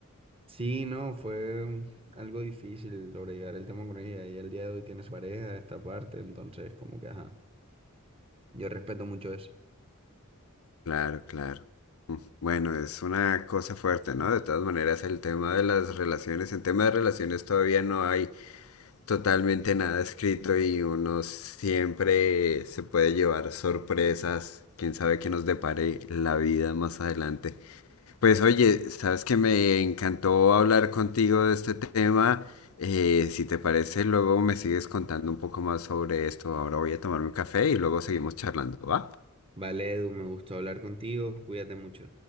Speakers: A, on the right; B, on the left.
A: sí, no, fue mm, algo difícil sobrellevar el tema con ella. Ella al día de hoy tiene su pareja de esta parte, entonces como que, ajá, yo respeto mucho eso.
B: Claro, claro. Mm, Bueno, es una cosa fuerte, ¿no? De todas maneras, el tema de las relaciones, en tema de relaciones todavía no hay totalmente nada escrito y uno siempre se puede llevar sorpresas, quién sabe qué nos depare la vida más adelante. Pues oye, sabes que me encantó hablar contigo de este tema. Eh, si te parece, luego me sigues contando un poco más sobre esto. Ahora voy a tomarme un café y luego seguimos charlando, ¿va?
A: Vale, Edu, me gustó hablar contigo, cuídate mucho.